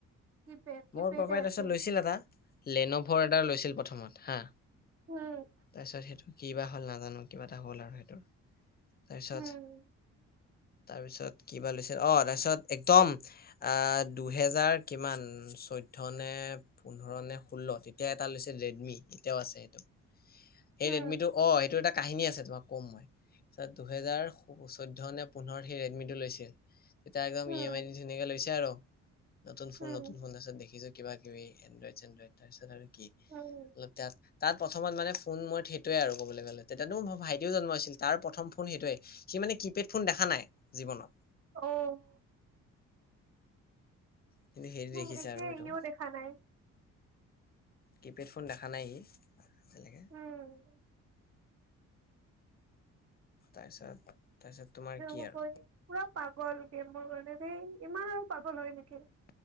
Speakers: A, on the right; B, on the left.
A: কিপেড কিপেডে
B: মোৰ পাপাই
A: আছিল।
B: তাৰপিছত লৈছিল এটা লেন'ভৰ এটা লৈছিল প্ৰথমত হা
A: উমঁ!
B: তাৰপিছত সেইটো কি বা হল নাজানো কিবা এটা হ'ল সেইটোৰ তাৰপিছ-
A: উম,
B: তাৰপিছত কিবা লৈছে অঁ তাৰপিছত একদম- আ দুহেজাৰ কিমান- চৈধ্য নে পোন্ধৰ নে ষোল্ল তেতিয়া এটা লৈছে ৰেডমি এতিয়াও আছে সেইটো। এই
A: উম, উম,
B: ৰেডমি টো অঁ এইটো এটা কাহিনী আছে তোমাক ক'ম মই তাৰপিছত দুহেজাৰ- চৈধ্য নে পোন্ধৰ সেই ৰেডমি টো লৈছিল তেতিয়া একদম
A: উম,
B: ইয়ে এম আই দি ধুনীয়াকে লৈছে আৰু। নতুন ফোন
A: উম,
B: নতুন ফোনাৰাছত দেখিছো কিবা কিবি এনড্ৰইড চেনড্ৰইড তাৰপিছত আৰু কি-
A: <unintelligible>
B: তাত- তাত প্ৰথমত মানে ফোন মই সেইটোৱে আৰু ক'বলৈ গ'লে তেতিয়াতো মোৰ ভাইটিও জন্ম হৈছিল তাৰ প্ৰথম ফোন সেইটোৱে। সি মানে কি পেড ফোন দেখা নাই জীৱনত।
A: অঁ -
B: কিন্তু হেৰি
A: উমঁ
B: দেখিছে
A: একে
B: আৰু সেইটো
A: ইও দেখা নাই।
B: কিপেড ফোন দেখা নাই ই আজিলৈকে।
A: উম,
B: তাৰপিছত তাৰপিছত। তোমাৰ
A: ইয়াৰ
B: কি
A: উপৰিও
B: আৰু
A: পুৰা পাগল গেমৰ কাৰণে সেই ইমান আৰু পাগল হয়ঁ নেকি?